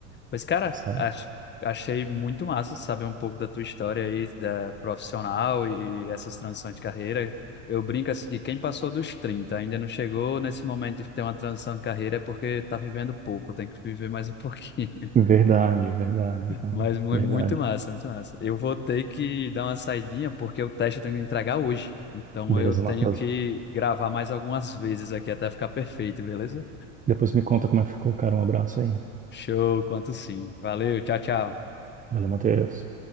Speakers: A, on the left (about 30°); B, on the right (about 20°).
A: Pois, cara,
B: Sabe?
A: ach- achei muito massa saber um pouco da tua história aí, da profissional e essas transições de carreira. Eu brinco assim que quem passou dos 30 ainda não chegou nesse momento de ter uma transição de carreira é porque tá vivendo pouco, tem que viver mais um <laughs> pouquinho.
B: Verdade, verdade, cara.
A: Mas mu-
B: Verdade.
A: muito massa, muito massa. Eu vou ter que dar uma saidinha porque o teste eu tenho que entregar hoje. Então
B: Beleza,
A: eu tenho
B: Matheus.
A: que gravar mais algumas vezes aqui até ficar perfeito, beleza?
B: Depois me conta como é que ficou, cara. Um abraço aí.
A: Show, quanto sim. Valeu, tchau, tchau.
B: Valeu, Matheus.